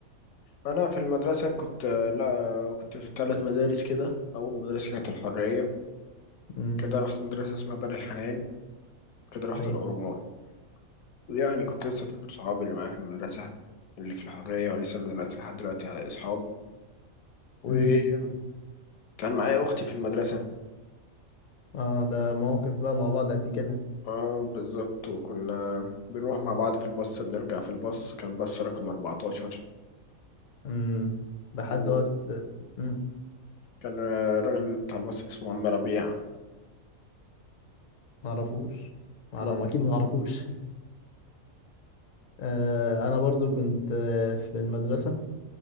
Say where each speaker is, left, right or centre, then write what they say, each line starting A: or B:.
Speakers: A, on the left; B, on the left.
A: انا في المدرسه كنت لا كنت في ثلاث مدارس كده اول مدرسه كانت الحريه
B: امم
A: كده رحت مدرسه اسمها دار الحنان كده رحت
B: ايوه
A: الاورمون يعني كنت لسه فاكر صحابي اللي معايا في المدرسه اللي في الحريه ولسه اللي دلوقتي لحد دلوقتي اصحاب وكان
B: مم.
A: معايا اختي في المدرسه
B: اه ده مواقف بقى مع بعض قد كده
A: اه بالظبط وكنا بنروح مع بعض في الباص بنرجع في الباص كان باص رقم 14
B: امم لحد
A: وكان
B: وقت امم
A: الراجل بتاع الباص اسمه عم ربيع
B: معرفوش معرف
A: م-
B: اكيد معرفوش <laughs> آه انا برضو كنت آه، في المدرسة